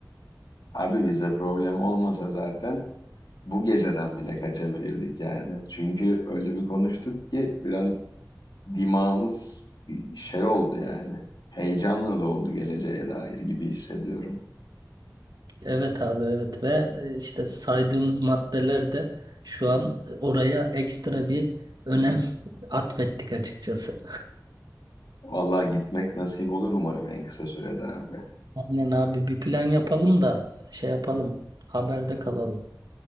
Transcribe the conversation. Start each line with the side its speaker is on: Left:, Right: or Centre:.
Left: Abi bize problem olmasa zaten bu geceden bile kaçabilirdik yani. Çünkü öyle bir konuştuk ki biraz dimağımız şey oldu yani. Heyecanla doldu geleceğe dair gibi hissediyorum.
Right: Evet abi evet ve e, işte saydığımız maddeler de şu an e, oraya ekstra bir önem <laughs> atfettik açıkçası.
Left: Vallahi gitmek nasip olur umarım en kısa sürede abi.
Right: Aynen abi bir plan yapalım da şey yapalım haberde kalalım.